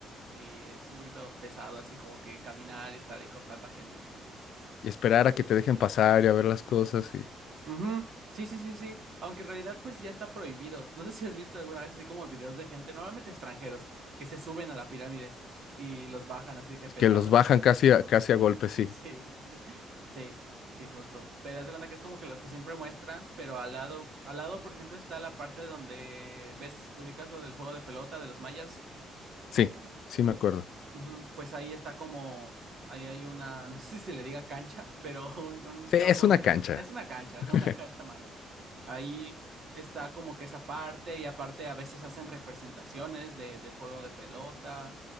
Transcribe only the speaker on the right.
Y es un poquito pesado así como que caminar y estar ahí con tanta gente.
Ujú, Sí, sí, sí, sí. Aunque en realidad pues ya está prohibido. <laughs> No sé si has visto alguna vez así como videos de gente, normalmente extranjeros, que se suben a la pirámide y los bajan así de que a pedradas
casi.
Sí, <laughs> sí, sí, justo. Pero haz de cuenta que es como que lo que siempre muestran, pero al lado, al lado, por ejemplo, está la parte donde ves, ubicas lo del juego de pelota de los mayas.
Em,
Ujú, Pues ahí está como, ahí hay una, <laughs> no sé si se le diga cancha, pero un, un
campo
donde,
es una cancha,
<laughs> una cancha maya. Ahí está como que esa parte y aparte a veces hacen representaciones de, del juego de pelota.